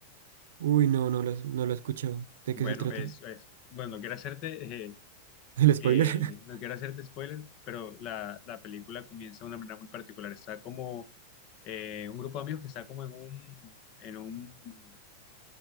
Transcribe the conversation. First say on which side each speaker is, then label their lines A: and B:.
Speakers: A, on the right (about 80°); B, on the left (about 35°).
A: Uy, no, no lo, no lo he escuchado. ¿De
B: Bueno,
A: qué se trata?
B: es, es- bueno, quiero hacerte... eh,
A: <laughs> ¿El
B: Eh,
A: spoiler? <laughs>
B: no quiero hacerte spoiler, pero la, la película comienza de una manera muy particular. Está como eh, un grupo de amigos que está como en un, en un,